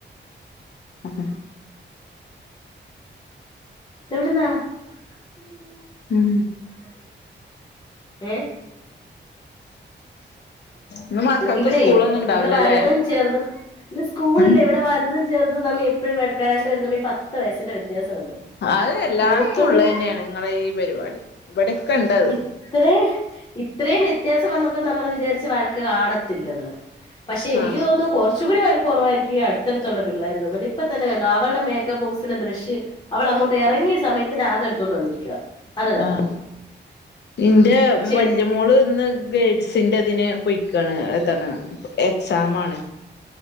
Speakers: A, on the left; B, on the left.
A: ഹ് ഹ
B: എവിടുന്നാ <unintelligible>
A: ഉം
B: ഏഹ്
A: ഇന്ന് മക്കൾക്ക്
B: ഇവിടെ
A: സ്കൂളൊന്നും ഉണ്ടാവൂലല്ലേ
B: ഇവിടെ വലതും ചെറുതും ഇന്ന് സ്കൂളില്ല
A: ഉം
B: ഇവിടെ വലുതും ചെറുതും തമ്മി എപ്പ വരണ്ട് വരുതമ്മിൽ പത്ത് വയസ്സിന്റെ വ്യത്യാസമുണ്ട്
A: അത് എല്ലായിടത്തും
B: മൂത്തതിന്
A: ഉള്ളത് തന്നെയാണ് നിങ്ങളുടെ ഈ പരിപാടി ഇവിടൊക്കെ ഉണ്ടത്
B: ഇത്ര ഇത്രയും വ്യത്യാസം വന്നപ്പോ നമ്മൾ വിചാരിച്ച് വഴക്ക് കാണത്തില്ലെന്ന് പക്ഷെ എനിക്ക്
A: ആഹ്
B: തോന്നുന്നു കുറച്ചു കൂടി കുറവായിരിക്കും ഈ അടുതടുത്തുള്ള പിള്ളേരു തമ്മിൽ ഇപ്പ തന്നെ കണ്ട അവളുടെ മേക്കപ്പ് ബോക്സിലെ ബ്രഷ് അവള് അങ്ങോട്ട് ഇറങ്ങിയ സമയത്തിന് അത് എടുത്തൊണ്ട് വന്നിരിക്ക അത് വേണം
A: ആഹ് ഇന്റെ
B: ചെ
A: വല്യ മോള് ഇന്ന് ഗേഡ്സി എന്റെതിന് പൊയിക്കാണ് എത്താണ് എക്സാമാണ്